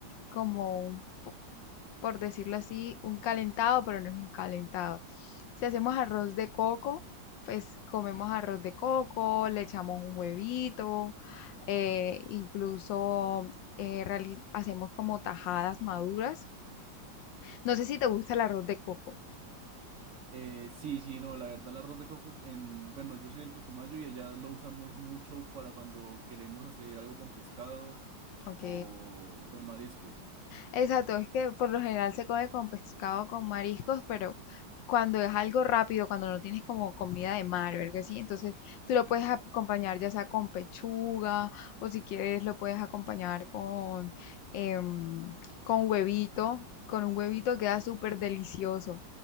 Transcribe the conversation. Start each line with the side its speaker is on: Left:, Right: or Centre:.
Left: como un po- por decirlo así, un calentado, pero no es un calentado. Si hacemos arroz de coco, pues comemos arroz de coco, le echamos un huevito, eh, incluso eh, reali- hacemos como tajadas maduras no sé si te gusta el arroz de coco.
Right: Eh, sí, sí, no, la verdad, el arroz de coco en, bueno, yo soy del Putumayo y allá lo usamos mucho para cuando queremos hacer algo con pescado
Left: Ok.
Right: o con mariscos.
Left: Exacto, es que por lo general se come con pescado, con mariscos, pero cuando es algo rápido, cuando no tienes como comida de mar o algo así, entonces tú lo puedes acompañar ya sea con pechuga o si quieres lo puedes acompañar con, em, con huevito. Con un huevito queda súper delicioso.